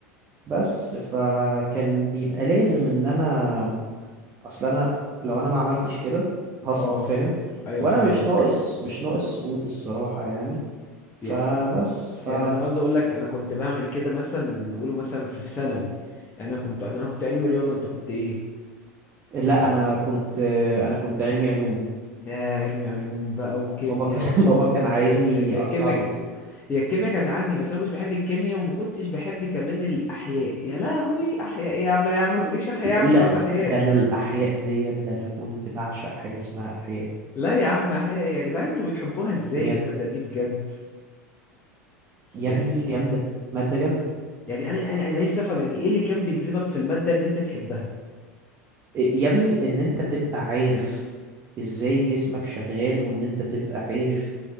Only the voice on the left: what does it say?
اه
ايوه
فاهمك
ي-
يعني انا عاوز اقول لك انا كنت بعمل كده مثلا نقوله مثلا في في ثانوي انا كنت انا كنت علمي رياضه انت كنت ايه
يا علمي علوم بقى وكيمياء
و...
و...
ك- ك-
كيمياء
هي الكيمياء كانت عندي بس انا مش بحب الكيمياء وما كنتش بحب كمان الاحياء يا لهوي احياء ايه يا عم لا يا عم ما تقوليش احياء
مش
عايز احياء
لا يا عم احياء ايه يا جدعان انتوا بتحبوها ازاي
الماده دي بجد
يعني
يعني انا انا انا نفسي افهم يعني ايه اللي كان بيجذبك في الماده ان انت تحبها